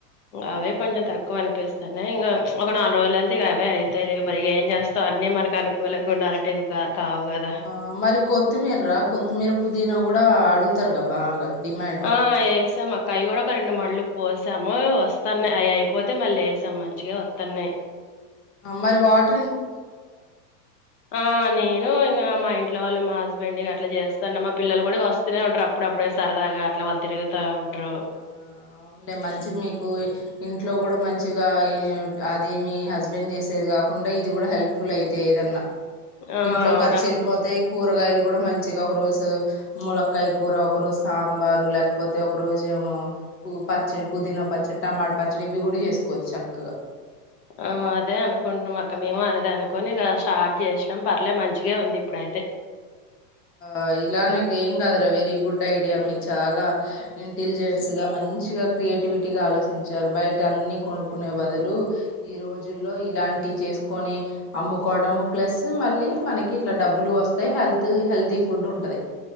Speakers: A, on the left; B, on the left.
A: అవే కొంచెం తక్కువ అనిపిస్తున్నాయి ఇంగా ఒక నాలుగు రోజులతే అవే అవుతాయి ఇక మరి ఏం చేస్తావు అన్నీ మనకి అనుకూలంగా ఉండాలట్టే కా కావు గదా!
B: ఆ మరి కొత్తిమీర రా కొత్తిమీర పుదిన కూడా అడుగుతారు కదా బాగా డిమాండ్
A: ఆ ఏసాం అక్క అవి కూడా ఒక రెండు మళ్ళు పోస్ సాము వస్తన్నాయి అవి అయిపోతే మళ్ళీ ఏసాం మంచిగా వస్తున్నాయి
B: మరి వాట్
A: ఆ నేను ఇంగ మా ఇన్ ట్లో వాళ్ళు మా హస్బెండ్ అట్లా చేస్తన్న మా పిల్లలు కూడా వస్తూనే ఉంటారు అప్పుడప్పుడ సరదా అలా వాళ్ళు తిరుగుతూ ఉంటారు
B: ఆ అవునులే మంచి మీకు ఇంట్లో కూడా మంచిగా అది మీ హస్బెండ్ చేసేది కాకుండా ఇది కూడా హెల్ప్ఫుల్ అయితే ఏదన్నా
A: ఆ
B: ఇంట్లో
A: అవునక్క
B: ఖర్చు వెళ్ళిపోతాయి కూరగాయలు కూడా మంచిగా ఒక రోజు ములక్కయ కూర ఒక రోజు సాంబారు లేకపోతే ఒక రోజు ఏమో పూ పచ్చడి పుదీనా పచ్చడి టమాట పచ్చడి ఇవి కూడా చేసుకోవచ్చు చక్కగా
A: ఆ అదే అనుకుంటున్నాం అక్క మేము అదే అనుకొని ఇక స్టార్ట్ చేసినాం పర్లే మంచిగ ఉంది ఇప్పుడైతే
B: ఆ ఇలానేకీం హంగ్ద్ర వెర గుడ్ ఐడియా మి చాలా ఇంటిల్జెన్స్ గ మంచిగ క్రియేటివిటీగా ఆలోచించారు బయటన్నీ కొనుక్కున్నే బదులు ఈ రోజుల్లో ఇలాంటి చేసుకొని అమ్ముకోవడము ప్లస్ మళ్ళీ మనకి ఇట్లా డబ్బులు వస్తాయి హెల్త్ హెల్దీ ఫుడ్ ఉంటది